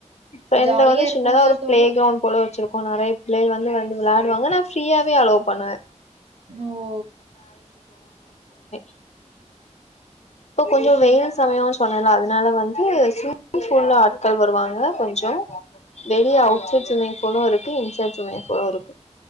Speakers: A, on the left; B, on the right.
A: ஃப்ரெண்ட்ல
B: ஜாலியா
A: வந்து
B: இருக்கும்ல
A: சின்னதா ஒரு
B: தோழி?
A: ப்ளே கிரௌண்ட் போல வச்சிருக்கோம் நறைய பிள்ளைய வந்து வந்து விளையாடு வாங்க நான் ப்ரீயாவே அளோ பண்ணுவேன்
B: ஓ!
A: அ இப்போ கொஞ்சம் வெயில் சமயம் பண்ணலாம் அதனால வந் து சுச்சு ஃபுல்லா க்கள் வருவாங்க கொஞ்சம் வெளிய பீச்லே பொனம் இருக்கு இன்சார்ஜ் மைக்குரோ இருக்கு